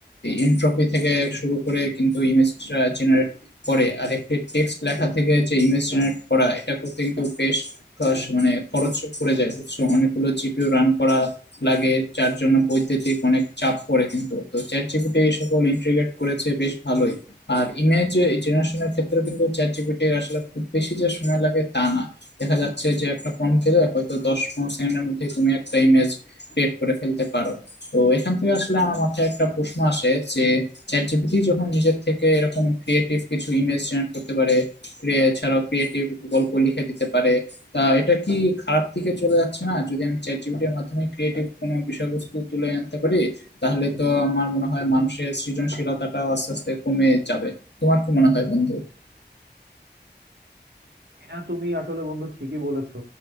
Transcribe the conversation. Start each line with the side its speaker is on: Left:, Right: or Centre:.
Left: এনট্রপি থেকে শুরু করে কিন্তু ইমেজটা জেনারেট করে আর একটি টেক্সট লেখা থেকে যে ইমেজ জেনারেট করা এটা করতে কিন্তু বেশ খরচ- মানে খরচ পড়ে যায় বুঝছো অনেকগুলো জিপিইউ রান করা লাগে যার জন্য বৈদ্যুতিক অনেক চাপ পড়ে কিন্তু তো চ্যাট জিপিটি এই সকল ইন্টিগ্রেট করেছে বেশ ভালোই আর ইমেজ জেনারেশনের ক্ষেত্রে কিন্তু চ্যাট জিপিটির আসলে খুব বেশি যে সময় লাগে তা না দেখা যাচ্ছে যে একটা প্রম্পট দিলে হয়তো দশ পনেরো সেকেন্ডের মধ্যেই তুমি একটা ইমেজ ক্রিয়েট করে ফেলতে পারো তো এখান থেকে আসলে আমার মাথায় একটা প্রশ্ন আসে যে চ্যাট জিপিটি যখন নিজের থেকে এরকম ক্রিয়েটিভ কিছু ইমেজ জেনারেট করতে পারে ক্রিয়া- এছাড়াও ক্রিয়েটিভ গল্প লিখে দিতে পারে তা এটা কি খারাপ দিকে চলে যাচ্ছে না যদি আমি চ্যাট জিপিটির মাধ্যমে ক্রিয়েটিভ কোনো বিষয়বস্তু তুলে আনতে পারি তাহলে তো আমার মনে হয় মানুষের সৃজনশীলতাটাও আস্তে আস্তে কমে যাবে তোমার কি মনে হয় বন্ধু
Right: এটা তুমি আসলে বন্ধু ঠিকই বলেছো